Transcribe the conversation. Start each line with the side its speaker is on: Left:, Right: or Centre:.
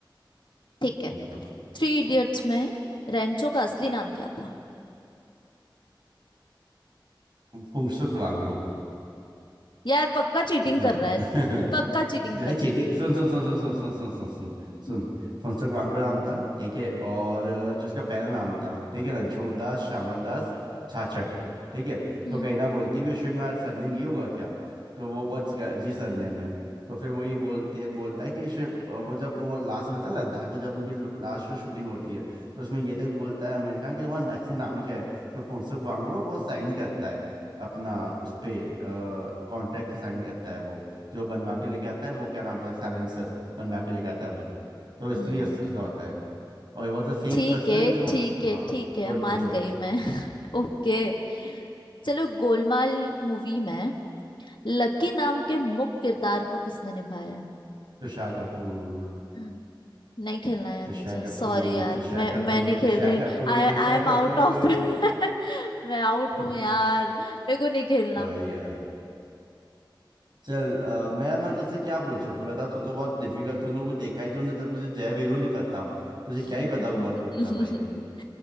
Left: ठीक है
Right: <laughs> बताओ
Left: थ्री इडियट्स में रेंचो का असली नाम क्या था
Right: फुंसुक वांगडू
Left: यार पक्का चीटिंग
Right: हाँ
Left: कर रहा है
Right: <laughs>
Left: पक्का चीटिंग
Right: भाई
Left: कर रहा
Right: चीटिंग
Left: है
Right: सुन सुन सुन सुन सुन सुन सुन सुन सुन सुन
Left: हम्म
Right: फुनसुक वांगड़ू नाम था ठीक है और अ, जो उसका पहला नाम था ठीक है रणछोड़ दास श्यामल दास छाछड़ ठीक है
Left: हम्म
Right: तो कहीं ना बोलती भी शिट मेरा सरनेम ये होगा क्या तो वो बहुत अजीब सरनेम है तो फिर वो ये बोलते है बोलता है कि शिट वो जब वो लास्ट में मिलता है लद्दाख में जब उनकी लास्ट जो शूटिंग होती है तो उसमें ये तक बोलता है अमेरिका कि तुम्हारा असली नाम क्या है तो फुनसुक वांगड़ू वो साइन करता है अपना उस पे कॉन्ट्रैक्ट पे साइन करता है वो जो बनवा के लेके आता है वो क्या नाम था साइलेंसर बनवा के लेके आता है वो तो इसलिए
Left: हम्म,
Right: उस- उसका होता है और वॉज द सेम
Left: ठीक
Right: पर्सन
Left: है
Right: जो
Left: ठीक है
Right: हाँ
Left: ठीक है
Right: गुड पूछो
Left: मान गई मैं <laughs> ओके चलो गोलमाल मूवी में लकी नाम के मुख्य किरदार को किसने निभाया
Right: तुषार कपूर
Left: है नहीं खेलना यार
Right: तुषार
Left: मुझे
Right: कपूर
Left: सॉरी यार
Right: तुषार
Left: मैं
Right: कपूर
Left: मैं नहीं
Right: तुषार
Left: खेल रही
Right: कपूर
Left: I
Right: तुषार
Left: I am
Right: कपूर
Left: out of <laughs> मैं आउट हूँ
Right: <laughs>
Left: यार मेरे को नहीं खेलना
Right: भाई यार चल अ, मैं मैं तुझसे क्या पूछूं फिर बता तू तो बहुत डिफिकल्ट तूने कुछ देखा ही तूने जब तुझे जय वीरू नहीं पता तुझे
Left: <laughs>
Right: क्या ही पता होगा बॉलीवुड का भाई